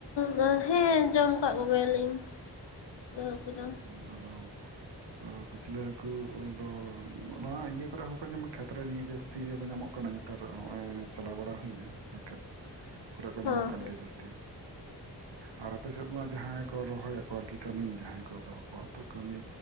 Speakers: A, on the left; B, on the right.
A: ᱫᱚ ᱦᱮᱸ ᱡᱚᱢ ᱠᱟᱜ ᱠᱚ ᱜᱮᱭᱟᱞᱤᱧ᱾ ᱟᱫᱚ ᱩᱝᱠᱩ ᱫᱚ
B: ᱟᱫᱚ ᱟᱫᱚ ᱠᱩᱪᱞᱟᱹ ᱦᱟᱹᱠᱩ ᱫᱚ ᱱᱚ-ᱱᱚᱣᱟ ᱤᱭᱟᱹ ᱠᱚᱨᱮ ᱦᱚᱸ ᱠᱚ ᱧᱟᱢᱟ ᱠᱷᱮᱛ ᱨᱮ ᱱᱤᱭᱟᱹ ᱡᱟᱹᱥ ᱛᱤ ᱨᱮ ᱠᱚ ᱧᱟᱢᱚᱜ ᱠᱟᱱᱟ ᱧᱮᱛᱟᱨ ᱦᱚᱸᱜ-ᱚᱭ ᱪᱟᱞᱟᱣ ᱵᱟᱲᱟ ᱦᱩᱭ ᱱᱟ ᱯᱚᱲᱠᱮᱛ᱾ ᱠᱚᱨᱮᱜ ᱠᱚ
A: ᱦᱚᱸ
B: ᱧᱟᱢᱚᱜ ᱠᱟᱱ ᱜᱮᱭᱟ ᱡᱟᱹᱥᱛᱤ ᱟᱨ ᱟᱯᱮ ᱥᱮᱫ ᱢᱟ ᱡᱟᱦᱟᱸᱭ ᱠᱚ ᱨᱚᱦᱚᱭᱟᱠᱚ ᱟᱨ ᱠᱤ ᱠᱟᱹᱢᱤ ᱡᱟᱦᱟᱸᱭ ᱠᱚ ᱫᱚᱦᱚᱸ ᱠᱚᱣᱟ ᱛᱚ ᱠᱟᱹᱢᱤ